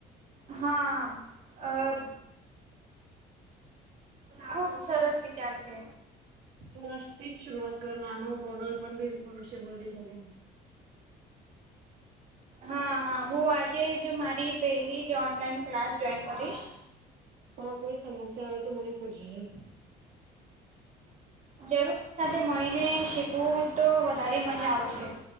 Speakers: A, on the right; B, on the right.
A: હા અ. ખુબ સરસ વિચાર છે.
B: તો મસ્તી જ શરઆત કરનાનો પગલ પણ બી ભવિષ્ય બદ સલે.
A: હા હા હું આજે જ મારી પેલીજ ઓનલાઈન ક્લાસ જોઈન કરીશ.
B: હ કોઈ સમસ્યા હોય તો મને પૂછજે
A: જરૂર સાથે મળીને શીખવું તો વધારે મજા આવશે.